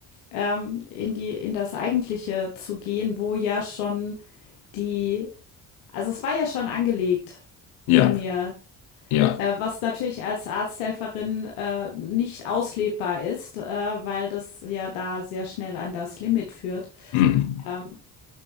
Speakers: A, on the left; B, on the left.
A: ähm, in die, in das Eigentliche zu gehen, wo ja schon die, also es war ja schon angelegt
B: ja,
A: in mir,
B: ja, ja.
A: äh, was natürlich als Arzthelferin äh, nicht auslebbar ist, äh, weil das ja da sehr schnell an das Limit führt.
B: mhm.
A: Ähm,